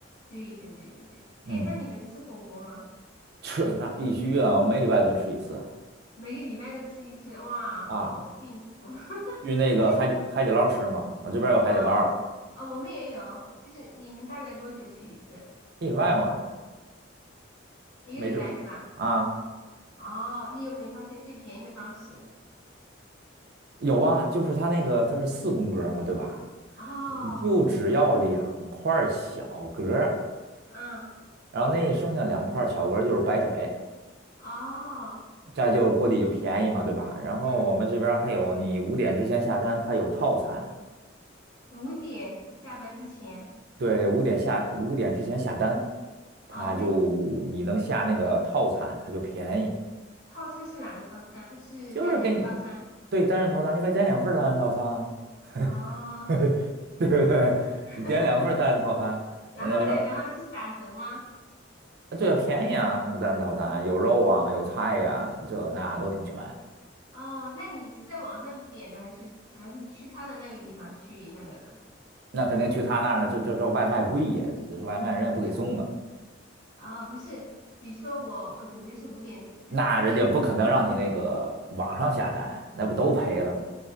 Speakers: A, on the left; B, on the right.
A: 对对对对对，
B: 嗯，
A: 哎，那你们吃火锅吗？
B: 吃那必须啊，我每礼拜都吃一次
A: 每个礼拜都吃一次，哇，
B: 啊。
A: 好幸福。<laughs>
B: 去那个海底海底捞吃嘛，
A: 其实
B: 我这边儿有海底捞儿，
A: 啊啊、我们也有，就是你们大概多久去一次？
B: 一礼拜嘛，
A: 一个礼拜是吧？
B: 每周啊
A: 哦，你有没有发现最便宜的方式？
B: 有啊，就是它那个它是四宫格儿嘛，对吧？
A: 哦，
B: 你就只要两块儿小格儿
A: 嗯，
B: 然后那剩下两块儿小格儿就是白水。
A: 哦，
B: 这样就锅底就便宜嘛，对吧？然后我们这边儿还有，
A: 嗯，
B: 你五点之前下单，它有套餐。
A: 五点下班之前，
B: 对，五点下，五点之前下单，
A: 哦，
B: 它就你能下那个套餐，
A: 五点
B: 它就便宜，
A: 套餐是哪个套餐？是单人套餐？
B: 就是给你对单人套餐，你可以点两份儿单人套餐啊，
A: 哦，
B: <laughs> 对不对？
A: <laughs>
B: 你点两份儿单人套餐，
A: 然后嘞，
B: 呃那里边
A: 然后就是打折吗？
B: 这对啊便宜啊，它单人套餐有肉啊，有菜呀、什么这那都挺全。
A: 哦，那你是在网上点的，还是还是去他的那个地方去那个的？
B: 那肯定去他那儿，这这这外卖贵呀，这这外卖人也不给送啊。
A: 啊、不是，比如说我我准备是五点之五点去。
B: 那人家不可能让你那个网上下单，那不都赔了吗？